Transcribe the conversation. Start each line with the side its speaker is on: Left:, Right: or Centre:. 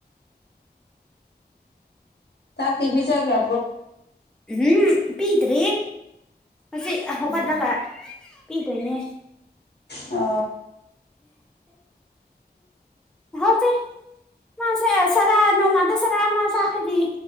Left: ꯇꯥꯛ ꯇ ꯄꯖꯈ꯭ꯔꯦ
Centre: ꯎꯝ ꯄꯤꯗ꯭ꯔꯤ ꯑꯁꯤ ꯍꯧꯒꯠꯂꯒ
Left: ꯎꯝ
Centre: ꯄꯤ ꯇꯣꯏꯅꯦ
Left: ꯑ
Centre: ꯍꯧꯖꯤ ꯃꯥꯁꯦ ꯆꯔꯥ ꯅꯣꯡꯃꯗ ꯆꯔꯥ ꯑꯃ ꯆꯥꯈ꯭ꯔꯗꯤ